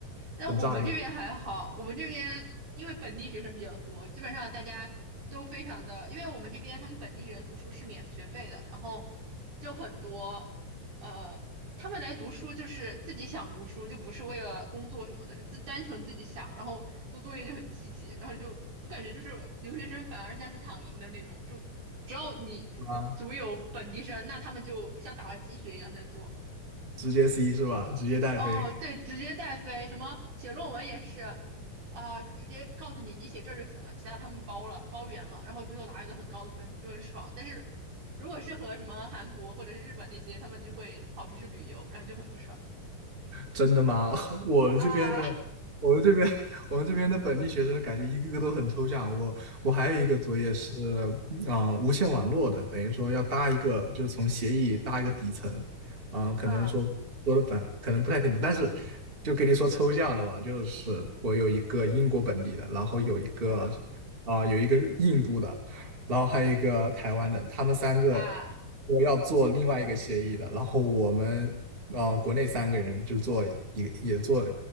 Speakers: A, on the right (about 60°); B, on the right (about 15°).
A: 那我们这边还好，
B: 很炸裂，
A: 我们这边因为本地学生比较多，基本上大家都非常的，因为我们这边他们本地人读书是免学费的，然后就很多，呃，他们来读书就是自己想读书，就不是为了工作什么的，就自单纯自己想，然后做作业就很积极，然后就我感觉就是留学生反而像是躺赢的那种，就只要你足有本地生，
B: 是吧？
A: 那他们就像打了鸡血一样在做。
B: 直接 C 是吧？直接带飞。
A: 哦，对，直接带飞，什么写论文也是，啊、就直接告诉你，你写这就行了，其他他们包了，包圆了，然后最后拿一个很高的分数，就很爽。但是如果是和什么韩国或者是日本那些，他们就会跑出去旅游，然后就很不爽
B: 真的吗？<laughs> 我们这边的，
A: 啊
B: 我们这边，<laughs> 我们这边的本地学生感觉一个个都很抽象。我我还有一个作业是啊、呃无线网络的，等于说要搭一个，就是从协议搭一个底层啊、可能说说的反，
A: 啊
B: 可能不太听懂，但是就跟你说抽象的吧，就是我有一个英国本地的，然后有一个
A: 啊
B: 啊、有一个印度的，然后还有一个台湾的，他们三个
A: 啊
B: 我要做另外一个协议的，然后我们啊、呃国内三个人就做一个也做